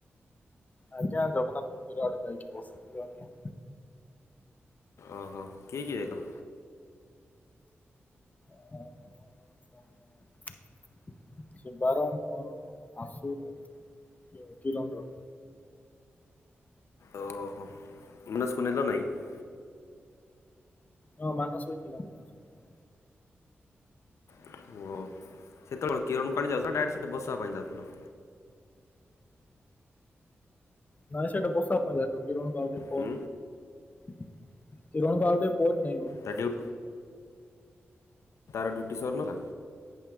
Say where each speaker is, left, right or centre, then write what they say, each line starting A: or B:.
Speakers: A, on the left; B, on the left.
A: ଆଜ୍ଞା, ଆଉ ଜଗନ୍ନାଥ ମନ୍ଦିର ଆଡ଼େ ଯାଇକି ବସିଥିଲୁ ଆଜ୍ଞା।
B: ଓହୋ। କିଏ କିଏ ଯାଇଥିଲ?
A: ସ <unintelligible> ଶିବାର, ମୋର, ଆଶୁ ର, ଏ କିରନ୍ ର।
B: ଓହୋ। ମାନସ କୁ ନେଲ ନାଇଁ କି?
A: ହଁ ମାନସ ବି ଥିଲା, ମାନସ ବି ଥିଲା
B: ଓ। ସେତେବେଳେ କିରଣ କୁ ଆଣିଯାଉଥିଲ ଡାଇରେକ୍ଟ ସେଠି ବସିବା ପାଇଁ ଯାଉଥିଲ।
A: ନାଇଁ ସେଇଟି ବସିବା ପାଇଁ ଯାଇଥିଲୁ କିରଣ କୁ <unintelligible>
B: ହୁଁ।
A: କିରଣ କୁ ଆଉ ଟିକେ ପରେ ନେଇଗଲୁ।
B: ଡ୍ୟୁ ତାର ଡ୍ୟୁଟି ସରିନଲା।